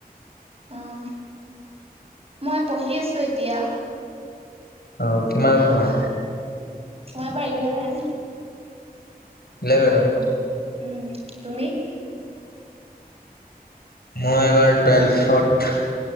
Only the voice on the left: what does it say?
অ' কিমানত পঢ়া?
ইলেভেনত।
মই এবাৰ টুৱেলফত।